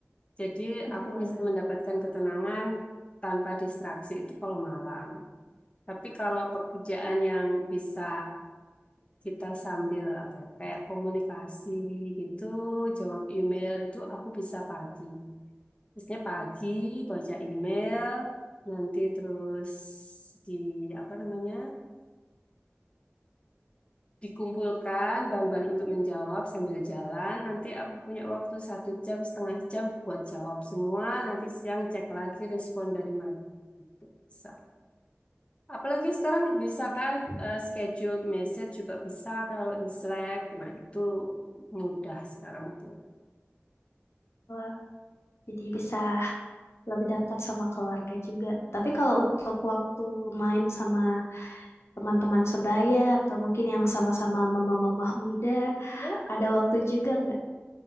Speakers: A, on the left; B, on the left.
A: jadi
B: Betul.
A: aku bisa mendapatkan ketenangan tanpa distraksi itu kalau malam. Tapi kalau pekerjaan yang bisa kita sambil apa ya, kayak komunikasi gitu, jawab email itu aku bisa pagi. Biasanya pagi baca email, nanti terus di apa namanya? dikumpulkan bahan-bahan untuk menjawab sambil jalan. Nanti aku punya waktu satu jam, setengah jam buat jawab semua. Nanti siang cek lagi respon dari mereka. itu bisa. Apalagi sekarang bisa
B: Oke.
A: kan eh, scheduled message juga bisa kalau di Slack. Nah, itu mudah sekarang tuh.
B: Wah, jadi bisa lebih dekat sama keluarga juga. Tapi kalau untuk waktu main sama teman-teman sebaya atau mungkin yang sama-sama mama-mama muda
A: Ya.
B: ada waktu juga nggak